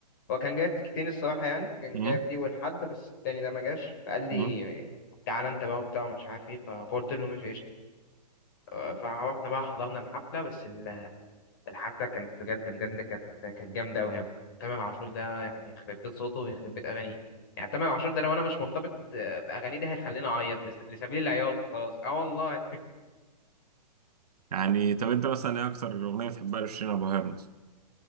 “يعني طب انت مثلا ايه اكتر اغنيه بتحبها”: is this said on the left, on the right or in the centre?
Right